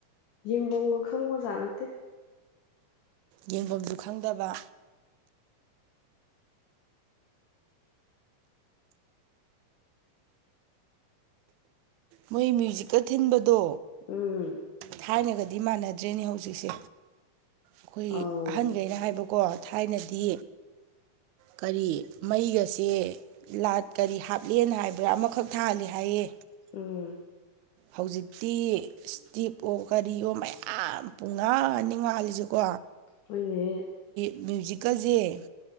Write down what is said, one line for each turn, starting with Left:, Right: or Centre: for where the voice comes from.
Left: ꯌꯦꯡꯕꯝꯒ ꯈꯪꯕꯖꯥꯠ ꯅꯠꯇꯦ
Right: ꯌꯦꯡꯕꯝꯖꯨ ꯈꯪꯗꯕ ꯃꯣꯏ ꯃ꯭ꯌꯨꯖꯤꯛꯀ ꯊꯤꯟꯕꯗꯣ
Left: ꯎꯝ
Right: ꯊꯥꯏꯅꯦ ꯒꯠ ꯗꯤ ꯃꯥꯟꯅꯗ꯭ꯔꯦꯅꯦ ꯍꯧꯖꯤꯛꯁꯦ ꯑꯈꯣꯏ
Left: ꯑꯧ
Right: ꯑꯍꯟꯒꯩꯅ ꯍꯥꯏꯕ ꯀꯣ ꯊꯥꯏꯅꯗꯤ ꯀꯔꯤ ꯃꯩꯒꯁꯦ ꯂꯥꯠ ꯀꯔꯤ ꯍꯥꯞꯂꯦꯟ ꯍꯥꯏꯕ꯭ꯔꯥ ꯑꯃꯈꯛ ꯊꯥꯍꯂꯦ ꯍꯥꯏꯌꯦ
Left: ꯎꯝ
Right: ꯍꯧꯖꯤꯛꯇꯤ ꯏꯁꯇꯤꯞ ꯑꯣ ꯀꯔꯤꯑꯣ ꯃꯌꯥꯝ ꯄꯨꯡꯉꯥꯟ ꯅꯤ ꯉꯥꯜꯂꯤꯁꯤꯀꯣ
Left: ꯍꯣꯏꯅꯦ
Right: ꯃ꯭ꯌꯨꯖꯤꯛꯀꯖꯦ